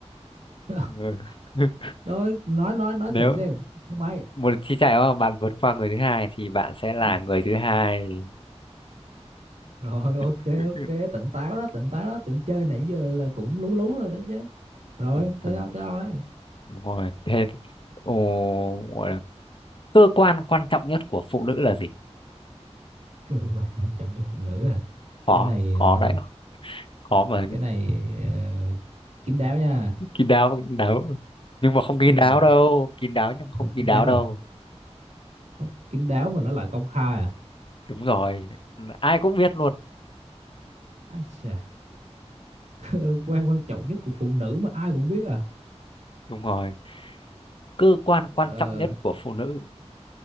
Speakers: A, on the right (about 80°); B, on the left (about 50°).
A: <laughs>
B: Ừ. <laughs>
A: Nói nói nói nói
B: nếu
A: thử xem thứ mấy
B: một chi chạy mà bạn vượt qua người thứ hai thì bạn sẽ là
A: Ừ.
B: người thứ hai
A: Rồi ok
B: <laughs>
A: ok tỉnh táo đó tỉnh táo đó tưởng chơi nãy giờ là cũng lú lú rồi đó chứ Rồi
B: Ừ,
A: tới
B: thôi,
A: ao tới ao đấy
B: ngồi thế thì- ồ, gọi là cơ quan quan trọng nhất của phụ nữ là gì
A: <laughs> Cơ quan quan trọng cho phụ nữ à
B: khó
A: Cái này
B: khó
A: ờ,
B: đấy khó mà
A: cái này ờ, kín đáo nha
B: kín đáo kín đáo nhưng mà không kín
A: Cái
B: đáo
A: này
B: đâu kín đáo nhưng mà không
A: không
B: kín
A: kín
B: đáo
A: đáo
B: đâu
A: à Không kín đáo mà nó lại công khai à
B: đúng rồi ai cũng biết luôn
A: Ái chà <laughs> Cơ quan quan trọng nhất của phụ nữ mà ai cũng biết à
B: đúng rồi cơ quan quan
A: Ờ
B: trọng nhất của phụ nữ